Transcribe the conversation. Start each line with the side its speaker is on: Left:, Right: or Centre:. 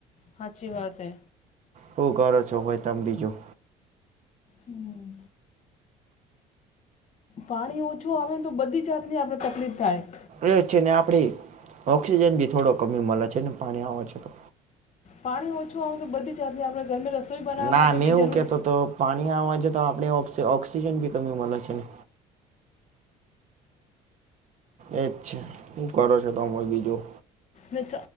Left: હાચી વાત હે.
Right: હું કર છો હોય તમે બીજું?
Left: હમ. પાણી ઓછું આવે ને તો બધી જાતની આપડે તકલીફ થાય
Right: એ છે ને આપડી ઓક્સિજન ભી થોડો કમી મળે છે ને પાણી આવે છે તો.
Left: પાણી ઓછું આવેનું તો બધી જાતની આપણે ગરમે રસોઈ બનાવવા
Right: ના
Left: માટે
Right: મેં
Left: બી
Right: એવું
Left: જરૂર
Right: કહેતો તો પાણી આવે છે તો આપણે ઓ ઑક્સિજન બી કમી મળે છે ને. એજ છે શું કરો છો તમે બીજું.
Left: ને ચ